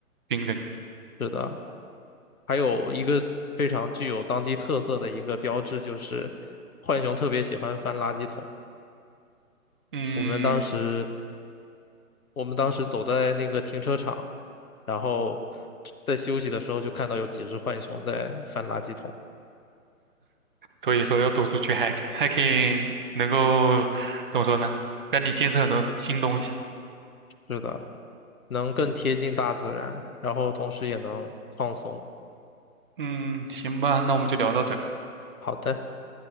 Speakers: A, on the right (about 35°); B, on the left (about 70°).
A: 盯着你。
B: 是的，还有一个非常具有当地特色的一个标志就是浣熊特别喜欢翻垃圾桶。
A: 嗯，
B: 我们当时，我们当时走在那个停车场，然后在休息的时候就看到有几只浣熊在翻垃圾桶。
A: 所以说要走出去 hiking，hiking 能够怎么说呢？让你见识很多新东西。
B: 是的，能更贴近大自然，然后同时也能放松。
A: 嗯，行吧，那我们就聊到这儿
B: 好的，